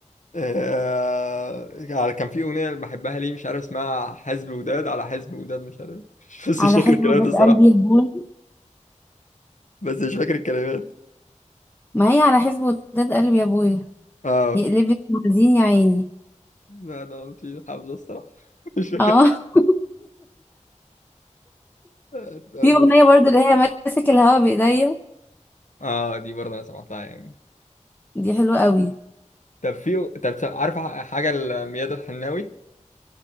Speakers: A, on the left (about 75°); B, on the left (about 15°).
A: آه... على- كان في اغنيه بحبها ليه مش عارف اسمها حزب وداد على حزب وداد مش عارف <laughs> بس
B: على
A: مش فاكر
B: حسب
A: الكلمات
B: وداد
A: الصراحه
B: قلبي يا ابويا
A: بس مش فاكر الكلمات
B: ما هي على حسب وداد قلبي يا ابويا
A: اه
B: يقلب لك موازين يا عيني
A: لا ده انت حافظه الصراحه <laughs> مش فاكر
B: اه <laughs>
A: آه طب
B: في اغنيه
A: بس-
B: برضو اللي هي ماسك الهوا بايديا
A: آه، دي برضه انا سمعتها يعني
B: دي حلوه قوي
A: طب في طب عارف حاجه لميادة الحناوي